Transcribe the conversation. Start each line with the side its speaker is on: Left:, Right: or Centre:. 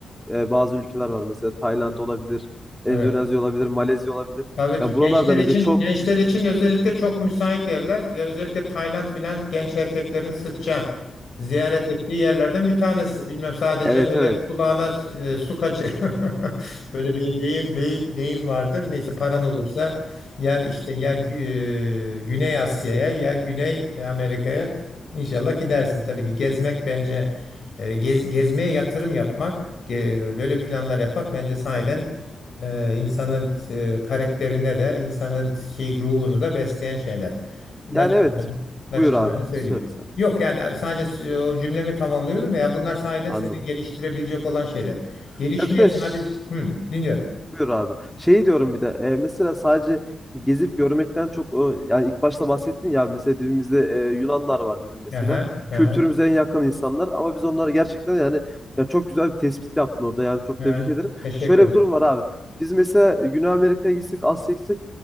Centre: e, bazı ülkeler var. Mesela Tayland olabilir, Endonezya
Left: evet.
Centre: olabilir, Malezya olabilir.
Left: Tabii
Centre: Ya
Left: ki
Centre: buralarda
Left: gençler için
Centre: bence çok
Left: gençler için özellikle çok müsait yerler. Ya özellikle Tayland filan genç erkeklerin sıkça ziyaret ettiği yerlerden bir tanesi. Bilmem sadece
Centre: Evet
Left: öyle
Centre: evet.
Left: kulağına e, su kaçır. <laughs> Böyle bir deyim, deyim, deyim vardır. Neyse paran olursa ya işte ya Gü- e, Güney Asya'ya ya Güney Amerika'ya inşallah gidersin. Tabii ki gezmek bence e, gez, gezmeye yatırım yapmak, ge- böyle planlar yapmak bence sahiden ee, insanın e, karakterine de insanın şey ruhunu da besleyen şeyler. Naçizane,
Centre: Yani evet.
Left: naçizane
Centre: Buyur abi.
Left: söyleyeyim.
Centre: Söyle sen.
Left: Yok yani sadece o cümlemi tamamlıyorum ya bunlar sahiden
Centre: Anladım.
Left: seni geliştirebilecek olan şeyler.
Centre: Hı hı.
Left: Gelişmeye
Centre: Ya bir de
Left: sadece
Centre: ş-
Left: hı, dinliyorum.
Centre: Buyur abi. Şey diyorum bir de e, mesela sadece gezip görmekten çok e, yani ilk başta bahsettin ya mesela dibimizde e, Yunanlar var dedim mesela.
Left: Aha, aha,
Centre: Kültürümüze en yakın insanlar ama biz onları gerçekten yani ya çok güzel bir tespit yaptın orada yani çok
Left: aha.
Centre: tebrik ederim.
Left: Teşekkür
Centre: Şöyle
Left: ederim.
Centre: bir durum var abi. Biz mesela Güney Amerika'ya gitsek, Asya'ya gitsek